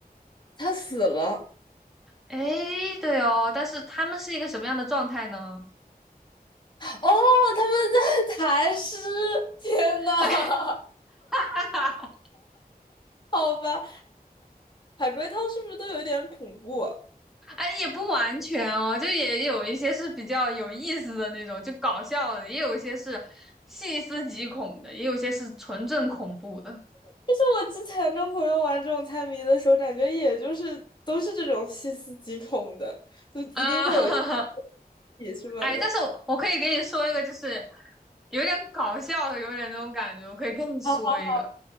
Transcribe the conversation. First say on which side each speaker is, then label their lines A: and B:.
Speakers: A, on the left; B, in the centre.
A: 他死了。
B: 哎，对哦，但是他们是一个什么样的状态呢？
A: 哦，他们在 <laughs> 谈诗。天呐，
B: <laughs> 对啊，
A: 好吧，海龟汤是不是都有一点恐怖啊？
B: 哎，也不完全哦，就也有一些是比较有意思的那种，就搞笑的，也有一些是细思极恐的，也有一些是纯正恐怖的。
A: 就是我之前跟朋友玩这种猜谜的时候，感觉也就是都是这种细思极恐的，就一定会有一
B: 啊、<laughs>
A: 起什么的。
B: 哎，但是我我可以给你说一个，就是有点搞笑的，有点那种感觉，我可以跟你说一个。
A: <laughs> 好好